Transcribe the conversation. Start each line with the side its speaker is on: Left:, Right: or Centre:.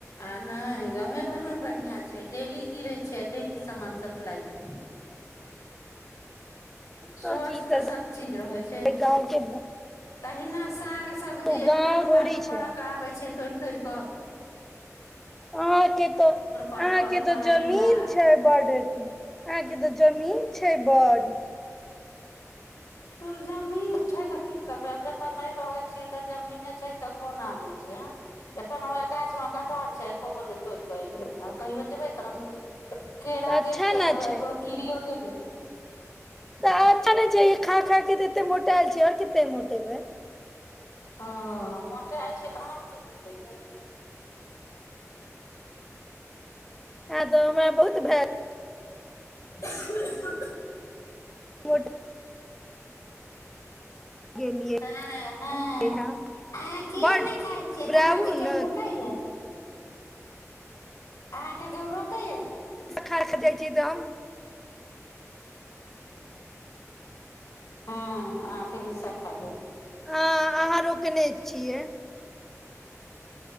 Left: आ नहि गाँवमे घरमे बढ़िआँ छै डेली गिरै छै आ डेली सामान सप्लाइ भेल
Centre: तऽ
Left: स्वस्थ
Centre: की करबै
Left: सभ चीज रहै छै
Centre: गाँव के
Left: तहिना साग सब्जी
Centre: तो गाँव
Left: एकदम
Centre: थोड़ी
Left: बालू
Centre: छै
Left: पर के आबे छै तो तड़िकऽ
Centre: अहाँ के तऽ
Left: परवल
Centre: अहाँके तऽ
Left: करैला
Centre: जमीन छै बॉर्डर अहाँके तऽ जमीन छै बन
Left: त जमीन छै तऽ की करबै आब जतय नहि रहैत छियै तऽ जमीने छै तऽ कोन आबै छै एखन ओह गाछ मे कठहर छै एको गो नहि तोड़िकऽ एले आउ कहहिबै जेब भै तह न भै केरा
Centre: तऽ अच्छा
Left: गेलियै
Centre: ने
Left: तऽ
Centre: छै
Left: एगो गिरियो हल
Centre: तऽ अच्छा नहि छिय ई खा खा क तऽ एतेक मोटा आयल छ आओर कतेक मोटेबै
Left: हँ मोटाे होइ छै तऽ अहाँके की बिगड़ैए
Centre: हँ तऽ हमरा बहुत भए
Left: ह
Centre: मोटा गेलियै
Left: ह अहाँ
Centre: यहाँ
Left: के
Centre: बड
Left: ने खााय छियै
Centre: बुराबू
Left: तऽ अहाँके केओ
Centre: ने
Left: लोक खाइय आहके रोकै
Centre: खान जाइ छी तम
Left: हँ अहाँके हिस्सा खा जाइ
Centre: हँ अहाँ रोकने छियै